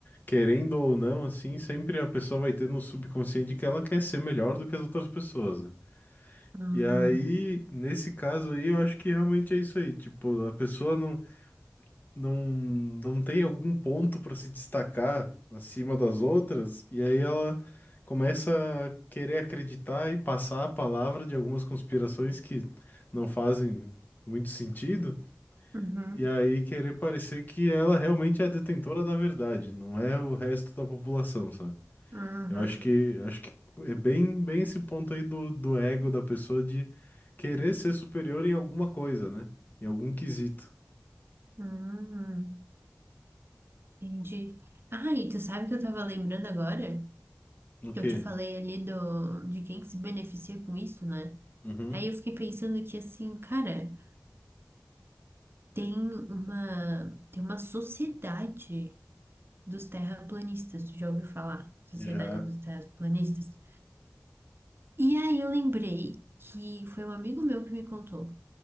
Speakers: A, on the left; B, on the right.
A: querendo ou não, assim, sempre a pessoa vai ter no subconsciente que ela quer ser melhor do que as outras pessoas, né?
B: ah,
A: E aí, nesse caso aí, eu acho que realmente é isso aí. Tipo, a pessoa não. não, não tem algum ponto para se destacar acima das outras, e aí ela começa a querer acreditar e passar a palavra de algumas conspirações que não fazem muito sentido,
B: uhum,
A: e aí querer parecer que ela realmente é a detentora da verdade, não é o resto da população, sabe?
B: uhum,
A: Eu acho que acho que é bem bem esse ponto aí do, do ego da pessoa de querer ser superior em alguma coisa, né? Em algum quesito.
B: uhum, entendi. Ah, e tu sabe que eu tava lembrando agora?
A: O
B: Que
A: quê?
B: eu te falei ali do, de quem que se beneficia com isso, né?
A: Uhum.
B: Aí eu fiquei pensando que, assim, cara, tem uma, tem uma sociedade dos terraplanistas, tu já ouviu falar? Sociedade
A: Já.
B: dos terraplanistas. E aí eu lembrei que foi um amigo meu que me contou